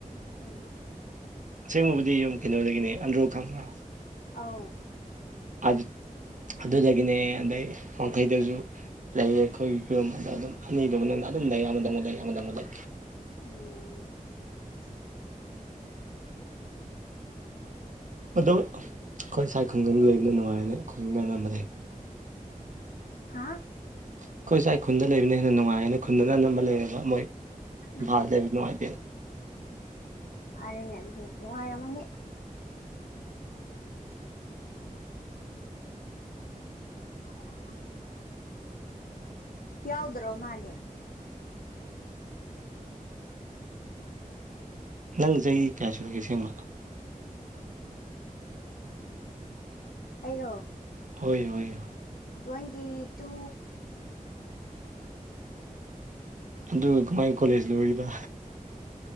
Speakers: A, on the left (about 85°); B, on the right (about 60°).
A: ꯎꯝ
B: ꯑꯁꯦꯡꯕꯕꯨꯗꯤ ꯌꯨꯝ ꯀꯩꯅꯣꯗꯒꯤꯅꯤ ꯑꯟꯗ꯭ꯔꯣ ꯈꯪꯕ꯭ꯔꯥ
A: ꯑꯧ
B: ꯑꯗꯨ ꯑꯗꯨꯗꯒꯤꯅꯦ ꯑꯗꯩ ꯋꯥꯡꯈꯩꯗꯁꯨ ꯂꯩꯌꯦ ꯑꯩꯈꯣꯏꯒꯤ ꯐꯤꯕꯝ ꯑꯗꯨꯗ ꯑꯗꯨꯝ ꯑꯅꯤꯗꯨ ꯃꯅꯨꯡꯗ ꯑꯗꯨꯝ ꯂꯩ ꯑꯃꯗ ꯃꯨꯛ ꯂꯩ ꯑꯃꯗꯃꯨꯛ ꯂꯩ
A: ꯑꯣ
B: ꯑꯗꯣ ꯑꯈꯣꯏ ꯁꯥꯏ ꯈꯨꯡꯒꯪ ꯂꯩꯕꯅ ꯅꯨꯡꯉꯥꯏꯕꯅꯦ ꯈꯨꯡꯒꯪ <unintelligible>
A: ꯍꯥ
B: ꯑꯩꯈꯣꯏ ꯁꯥꯏ ꯈꯨꯟꯗ ꯂꯩꯕꯅ ꯍꯦꯟꯅ ꯅꯨꯡꯉꯥꯏꯌꯦꯅ ꯈꯨꯟꯗꯅ ꯑꯅꯝꯕ ꯂꯩꯔꯕ ꯃꯣꯏ ꯏꯝꯐꯥꯜꯗ
A: ꯎꯝ
B: ꯂꯩꯕ ꯅꯨꯡꯉꯥꯏꯇꯦ
A: ꯐꯔꯦꯅꯦ ꯑꯗꯨꯗꯤ ꯅꯨꯡꯉꯥꯏꯔꯝꯃꯅꯤ <unintelligible> ꯌꯥꯎꯗ꯭ꯔꯣ ꯃꯥꯜꯂꯤ
B: ꯅꯪ ꯆꯍꯤ ꯀꯌꯥ ꯁꯨꯔꯒꯦ ꯁꯦꯡꯕ
A: ꯑꯩꯔꯣ
B: ꯍꯣꯏ ꯍꯣꯏꯣ ꯍꯣꯏ
A: ꯇ꯭ꯋꯦꯟꯇꯤ ꯇꯨ
B: ꯑꯗꯨꯒ ꯀꯃꯥꯏ ꯀꯣꯂꯦꯖ ꯂꯣꯏꯔꯤꯕ